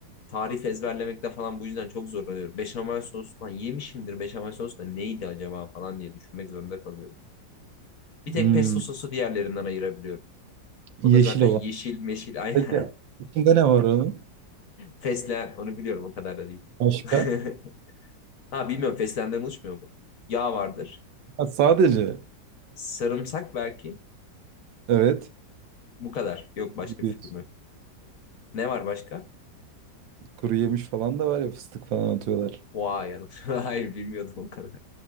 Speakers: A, on the left (about 55°); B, on the right (about 85°).
A: Tarif ezberlemekte falan bu yüzden çok zorlanıyorum. Beşamel sos falan yemişimdir beşamel sos da neydi acaba falan diye düşünmek zorunda kalıyorum. Bir
B: Hmm,
A: tek pesto sosu diğerlerinden ayırabiliyorum.
B: yeşil
A: O da zaten
B: olan.
A: yeşil meşil <laughs> ay
B: Peki içinde ne var onun?
A: fesleğen onu biliyorum o kadar da değil.
B: Başka?
A: <laughs> Ha bilmiyorum fesleğenden oluşmuyor mu? Yağ vardır.
B: Ha, sadece.
A: Sarımsak belki.
B: Evet.
A: Bu kadar. Yok başka
B: Gidiyorsun.
A: fikrim yok. Ne var başka?
B: Kuru yemiş falan da var ya fıstık falan atıyorlar.
A: Vay yanlış. <laughs> Hayır bilmiyordum o kadar.